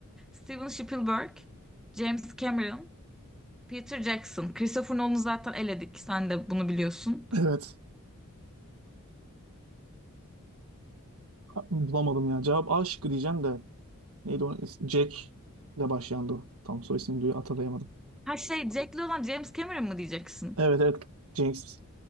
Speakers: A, in the centre; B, on the right.
A: Steven Spielberg, James Cameron, Peter Jackson. Christopher Nolan'ı zaten eledik. Sen de bunu biliyorsun.
B: Evet. Bulamadım ya. Cevap A şıkkı diyeceğim de. Neydi o? Jack ile başlayandı o. Tam soy ismini duyu hatırlayamadım.
A: Ha şey Jack'li olan James Cameron mı diyeceksin?
B: Evet evet. James.